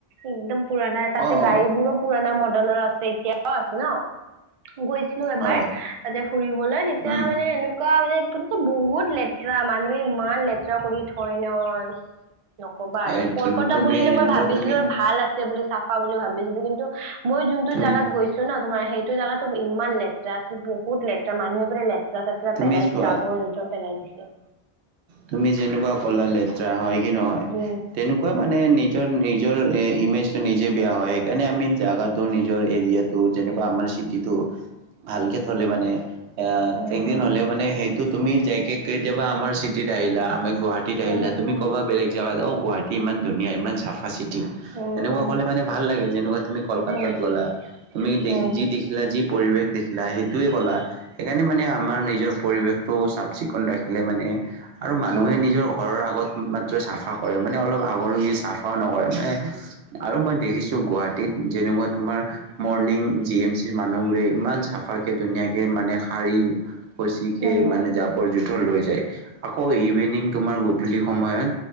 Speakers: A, on the right (about 55°); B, on the right (about 85°).
A: একদম পুৰণা
B: অ
A: এ গাড়ীবোৰো
B: অ
A: পুৰণা মডেলৰ আছে এতিয়াও আছে ন' গৈছিলো এবাৰ
B: হয়
A: তাতে ফুৰিবলৈ তেতিয়া
B: উম
A: মানে এনে মানে বহুত লেতেৰা মানুহে ইমান লেতেৰা কৰি থয় নয়। নকবা আৰু
B: এইটো
A: কলকতা
B: তুমি
A: বুলিলে
B: এনেকুৱা
A: মই ভাবিছিলো
B: তুমি
A: আৰু ভাল আছে বুলি চাফা বুলি ভাবিছিলো কিন্তু মই যোনটো
B: তুমি
A: জোগাত গৈ ন'তোমাৰ সেইটো জেগাতটো ইমান লেতেৰা আছে বহুত লেতেৰা মানুহে পোৰা লেতেৰা চাত্ৰা
B: তুমি
A: পেলাই
B: চোৱা
A: জাবৰ জোথৰ পেলাই দিছে।
B: তুমি যেনিবা ক'লা লেতেৰা হয় কি নহয়?
A: উম
B: তেনেকুৱা মানে নিজৰ নিজৰ ইমেজটো নিজে বেয়া হয় সেইকাৰণে আমি জেগাটো নিজৰ এৰিয়াত ত যেনেকুৱা আমাৰ চিটটোো ভালকে থলে মানে এ
A: উম
B: একদিন
A: উম
B: হ'লে মানে সেইটো তুমি যাইকে কেতিয়াবা আমাৰ চিটিত আহিলা আমি গুৱাহাটীত আহিলা
A: উম
B: তুমি ক'বা বেলেগ জেগাতা গুৱাহাটী ইমান ধুনীয়া ইমান চাফা চিটি
A: উম
B: তেনেকুৱা
A: উম
B: কলে মানে ভাল লাগে যেনেকুৱা তুমি কলকাতাত
A: উম উম
B: গ'লা তুমি দেখি
A: উম উম
B: যি দেখিলা যি পৰিৱেশ দেখিলা সেইটোোৱে ক'লা সেইকাৰণে মানে আমাৰ নিজৰ পৰিৱেশটো চাফ চিকুণ ৰাখিলে মানে আৰু মানুহে
A: উম
B: নিজৰ ঘৰৰ আগত চাফা কৰে মানে অলপ আগলৈকি চাফাও নকৰে মানে আৰু মই দেখিছো গুৱাহাটীত যেনেকুৱা তোমাৰ মৰ্ণং জি এম চিৰ মানুহ বোৰে ইমান চ চফাকে ধুনীয়াকে মানে শাৰী খচিক
A: উম
B: মানে জাবৰ জোথৰ লৈ যায় আকৌ ইভিনিং তোমাৰ গধূলি সময়ত